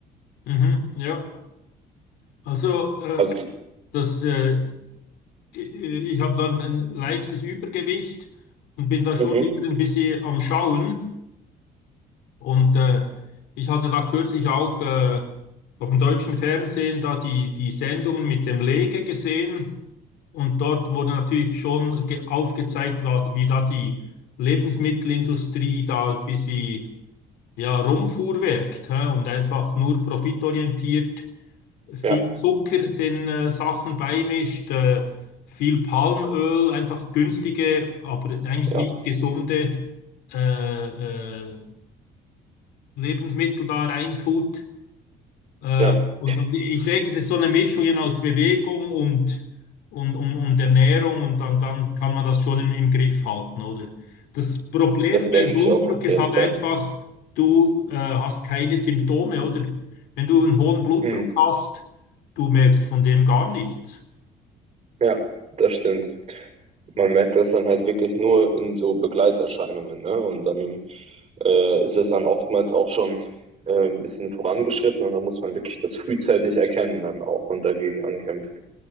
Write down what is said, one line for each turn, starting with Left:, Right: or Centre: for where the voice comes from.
Left: Mhm. Ja, also äh,
Right: Also,
Left: das, äh, ich, ich habe dann ein leichtes Übergewicht und bin da schon
Right: mhm,
Left: immer ein bisschen am Schauen. Und äh, ich hatte da kürzlich auch äh, auf dem deutschen Fernsehen da die, die Sendungen mit dem Lege gesehen. Und dort wurde natürlich schon ge- aufgezeigt, wa- wie da die Lebensmittelindustrie da ein bisschen ja, rumfuhrwerkt, hä? Und einfach nur profitorientiert viel
Right: ja,
Left: Zucker den äh, Sachen beimischt, äh, viel Palmöl, einfach günstige, aber eigentlich
Right: ja,
Left: nicht gesunde äh, äh, Lebensmittel da reintut. Äh,
Right: ja.
Left: und, und ich denke, es ist so eine Mischung eben aus Bewegung und, und, und, und Ernährung und dann, dann kann man das schon im, im Griff halten, oder? Das Problem
Right: Das denke
Left: beim Blutdruck
Right: ich auch auf
Left: ist
Right: jeden
Left: halt
Right: Fall.
Left: einfach, du äh, hast keine Symptome, oder? Wenn du einen hohen Blutdruck
Right: Hm.
Left: hast, du merkst von dem gar nichts.
Right: Ja, das stimmt. Man merkt das dann halt wirklich nur in so Begleiterscheinungen, ne? Und dann äh, ist es dann oftmals auch schon äh, ein bisschen vorangeschritten und da muss man wirklich das frühzeitig erkennen dann auch und dagegen ankämpfen,